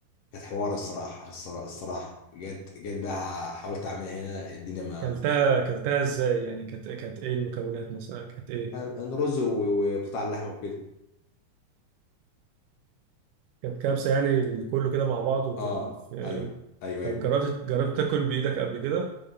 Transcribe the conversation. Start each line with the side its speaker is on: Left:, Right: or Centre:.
Left: كانت حوار الصراحه الصرا- الصراحه جت جت بقى حاولت اعملها هنا الدنيا ما
Right: كلتها كلتها ازاي يعني كانت كانت ايه المكونات مثلا كانت ايه
Left: كان كان رز و- وقطع اللحمه وكده
Right: كانت كبسة يعني كله كده مع بعض وكان
Left: اه
Right: في...
Left: ايوه ايوه
Right: طب
Left: ايوه
Right: جربت جربت تاكل بايدك قبل كده